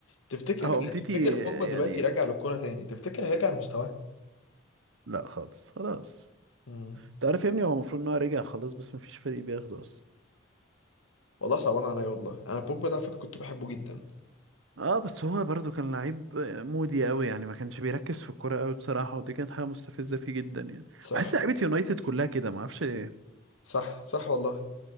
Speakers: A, on the left (about 80°); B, on the right (about 65°).
A: تفتكر
B: اه امتيتي
A: تفتكر بوجبا دلوقتي
B: يعني
A: راجع للكوره تاني تفتكر هيرجع لمستواه
B: لا خالص خلاص
A: مم.
B: تعرف يا ابني هو المفروض ان هو رجع خلاص بس مفيش فريق بياخده اصلا
A: والله صعبان عليا والله انا بوجبا ده على فكره كنت بحبه جدا
B: اه بس هو برضو كان لعيب مودي قوي يعني ما كانش بيركز في الكوره قوي بصراحه ودي كانت حاجه مستفزه فيه جدا يعني
A: صح
B: بحس لعيبه يونايتد كلها كده ما اعرفش ليه
A: صح صح والله